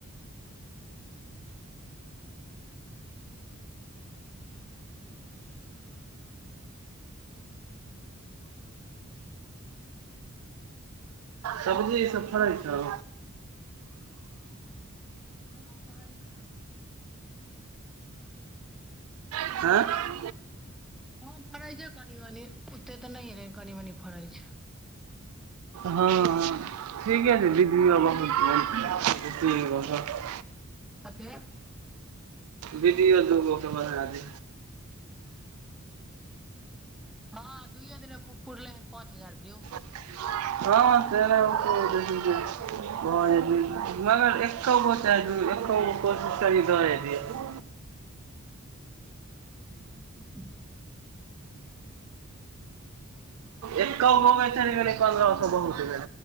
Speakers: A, on the right; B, in the centre.
A: सब्जी ई सब फड़ै छौ।
B: हँ पढ़ै छै।
A: हें।
B: हँ फड़ै छै कनी मनी, ओते तऽ नहि लेकिन कनी मनी फड़ै छै।
A: हँ, ठीके छै दीदी बाबा <unintelligible>
B: कथि ये।
A: वीडियो दु गो के बना <inaudible> <inaudible>
B: हँ दुूयए दिने में पुरले हन पाँच हजार भ्यू।
A: <inaudible> <inaudible>
B: हू।
A: एक गो में चल गेलइ पन्द्रह सए